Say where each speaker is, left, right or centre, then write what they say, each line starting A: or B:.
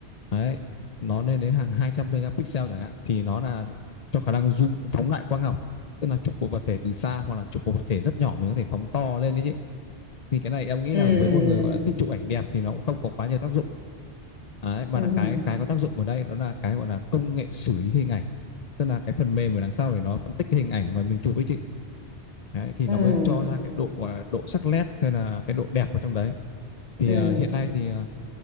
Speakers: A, on the left; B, on the left.
A: đấy nó lên đến hàng 200 megapixel chẳng hạn thì nó là cho khả năng zoom phóng đại quang học tức là chụp một vật thể từ xa hoặc là chụp một vật thể rất nhỏ mình có thể phóng to lên đấy chị thì cái này em nghĩ
B: ừ
A: là với một người gọi là thích chụp ảnh đẹp thì nó cũng không có quá nhiều tác dụng. Đấy, mà
B: ừ. ừ,
A: là cái
B: ừ.
A: cái có tác dụng ở đây đó là cái gọi là công nghệ xử lý hình ảnh. Tức là cái phần mềm ở đằng sau để nó phân tích cái hình ảnh mà mình chụp ấy chị. Đấy, thì
B: ừ
A: nó mới cho ra cái độ gọi là độ sắc nét hay là cái độ đẹp ở trong đấy. Thì
B: ừ
A: à, hiện nay thì à,